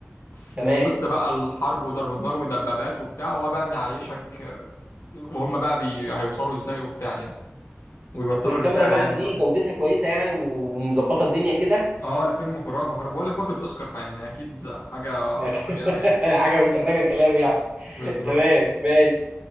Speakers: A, on the left; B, on the right.
A: في
B: تمام
A: وسط بقى الحرب وضرب النار ودبابات وبتاع وهو بقى معيشك وهم بقى بي... هيوصلوا ازاي وبتاع يعني ويوصلوا
B: طب والكاميرا
A: الرساله
B: الواحده
A: يعني
B: دي
A: بتاعتهم
B: جودتها كويسه يعني ومظبطه الدنيا كده
A: اه الفيلم خرافه خرافه بقول لك واخد اوسكار فيعني اكيد حاجه
B: <laughs>
A: قويه قوي يعني
B: حاجه مش محتاجه كلام يعني
A: بالظبط
B: تمام ماشي